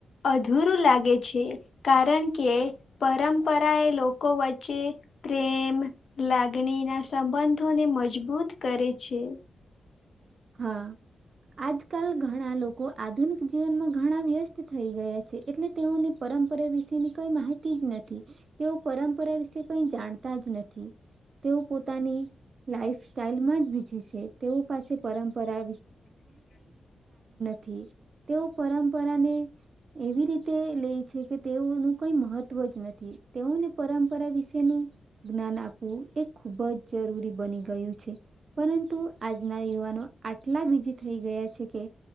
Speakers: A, on the left; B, on the right.
A: અધૂરું લાગે છે. કારણ કે પરંપરા એ લોકો વચ્ચે પ્રેમ લાગણી ના સંબંધોને મજબૂત કરે છે.
B: હા આજકાલ ઘણા લોકો આધુનિક જીવનમાં ઘણા વ્યસ્ત થઈ ગયા છે એટલે તેઓની પરંપરા વિશેની કઈ માહિતી જ નથી. તેઓ પરંપરા વિશે કઈ જાણતા જ નથી. તેઓ પોતાની લાઈફ સ્ટાઈલમાં જ બીઝી છે તેઓ પાસે પરંપરા થી તેઓ પરંપરાને એવી રીતે લે છે કે તેઓનું કઈ મહત્વ જ નથી. તેઓને પરંપરા વિશેનું જ્ઞાન આપવું તે ખૂબ જ જરૂરી બની ગયું છે પરંતુ આજના યુવાનો આટલા બીજી થઈ ગયા છે કે